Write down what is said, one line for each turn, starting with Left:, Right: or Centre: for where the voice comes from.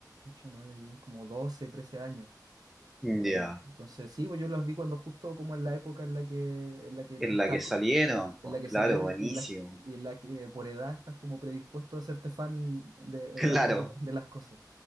Right: ocho nueve diez como doce 13 años, por
Centre: ya,
Right: ahí. Entonces, sí, pues yo las vi cuando justo como en la época en la que, en la que
Centre: en
Right: estás,
Centre: la que salieron,
Right: co-
Centre: pues
Right: en la que
Centre: claro,
Right: salieron
Centre: buenísimo,
Right: y en la, y en la que por edad estás como predispuesto a hacerte fan de,
Centre: claro,
Right: rápido de, de las cosas.